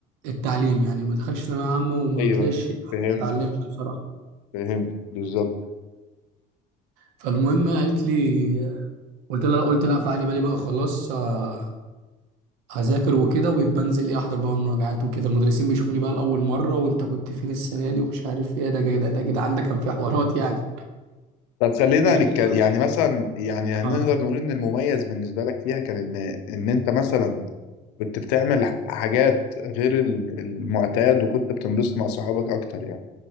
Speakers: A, on the right (about 80°); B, on the left (about 85°).
A: التعليم يعني ما دخلش ثانويه عامه وما
B: أيوه
A: طلعش
B: فهمت
A: ما اتعلمش بصراحه
B: فهمت بالظبط
A: فالمهم قالت لي قلت لها قلت لها فعلي بالي بقى خلاص آه، هذاكر وكده وبنزل ايه احضر بقى المراجعات وكده المدرسين بيشوفوني بقى لاول مره وانت كنت فين السنه دي ومش عارف ايه ده كده ده كده عندك كان في حوارات يعني
B: طب خلينا
A: <laughs>
B: نتكلم يعني مثلا يعني هنقدر
A: اه
B: نقول ان المميز بالنسبه لك فيها كان ان ان انت مثلا كنت بتعمل حاجات غير ال- المعتاد وكنت بتنبسط مع صحابك اكتر يعني